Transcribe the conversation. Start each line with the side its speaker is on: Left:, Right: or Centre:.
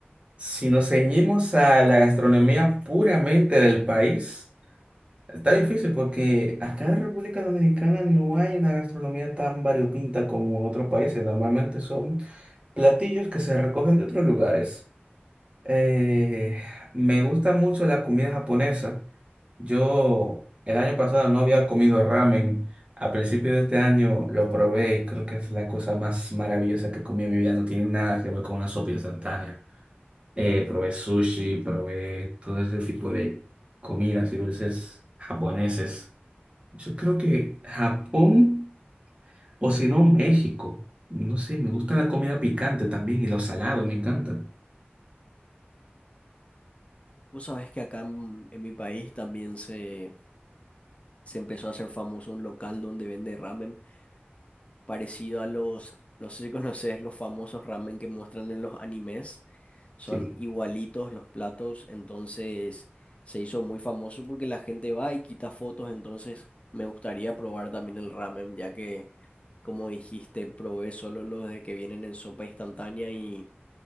Right: si nos ceñimos a la gastronomía puramente del país, Está difícil porque acá en República Dominicana no hay una gastronomía tan variopinta como en otros países. Normalmente son platillos que se recogen de otros lugares. Eh, me gusta mucho la comida japonesa. Yo el año pasado no había comido ramen. A principio de este año lo probé y creo que es la cosa más maravillosa que comí en mi vida. No tiene nada que ver con una sopa instantánea. Eh, probé sushi, probé todo ese tipo de comidas y dulces japoneses. Yo creo que Japón o si no México. No sé, me gusta la comida picante también y los salados, me encantan.
Left: Vos sabés que acá en, en mi país también se, se empezó a hacer famoso un local donde vende ramen parecido a los, no sé si <laughs> conoces los famosos ramen que muestran en los animes, son
Right: Sí.
Left: igualitos los platos, entonces se hizo muy famoso porque la gente va y quita fotos, entonces me gustaría probar también el ramen, ya que como dijiste, probé solo los de que vienen en sopa instantánea y,